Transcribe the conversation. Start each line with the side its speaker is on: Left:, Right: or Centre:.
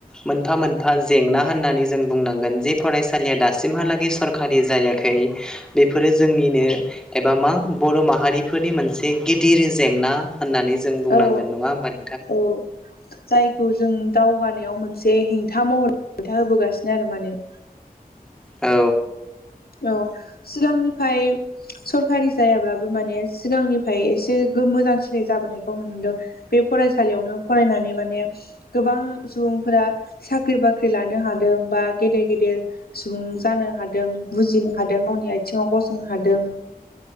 Centre: मोनफा मोनफा जेंना होननानै जों बुंनांगोन जे फरायसालिया दासिमहालागै सरखारि जायाखै बेफोरो जोंनिनो एबा मा बर' माहारिफोरनि मोनसे गिदिर जेंना होननानै जों बुंनांगोन
Left: औ
Centre: नङा होमबा नों
Left: औ। जायखौ जों दावगानायाव मोनसे हेंथा महर हेंथा होबोगासिनो आरो माने। <inaudible>
Centre: औ।
Left: औ सिगांनिफ्राय सरखारि जायाब्लाबो माने सिगांनिफ्राय एसे मोजांसिनाय जाबोनायखौ नुनो मोनदों। बे फरायसालियावनो फरायनानै माने गोबां सुबुंफोरा साख्रि बाख्रि लानो हादों बा गेदेर गेदेर सुबुं जानो हादों बुजिनो हादों गावनि आथिङाव गसंनो हादों।